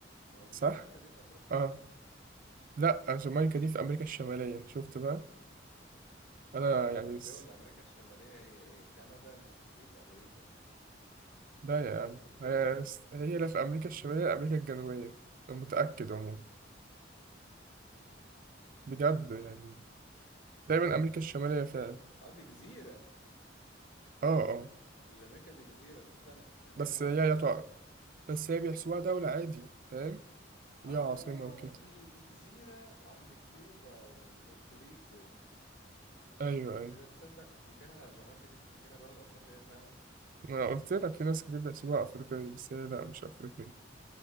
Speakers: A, on the left; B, on the right.
A: هو مش
B: صح؟
A: جامايكا دي في افريقيا
B: اه لا جامايكا دي في أمريكا الشمالية شفت بقى أنا
A: يا جدع
B: يعني
A: ده دول
B: س...
A: امريكا الشماليه هي ايه كندا المكسيك امريكا
B: لا
A: انت
B: يا
A: أنت
B: عم
A: بتقول
B: هي,
A: ايه
B: س... هي لا في أمريكا الشمالية ولا أمريكا الجنوبية أنا متأكد عموما بجد يعني دايما أمريكا الشمالية فعلا
A: اه دي جزيره
B: اه اه
A: جامايكا دي جزيره تصدق انا كنت فاكرها
B: بس هي هي تقع بس هي بيحسبوها دولة عادي فاهم ليها
A: اه
B: عاصمة وكده
A: دي دي جزيره عند كيوبا وبورتوريكو
B: أيوه أيوه
A: إذا تصدق كنت فاكرها جامايكا دي كنت فاكرها بلد أفريقية فعلا
B: ما قلت لك في ناس كتير بيحسبوها أفريقية بس هي لا مش أفريقية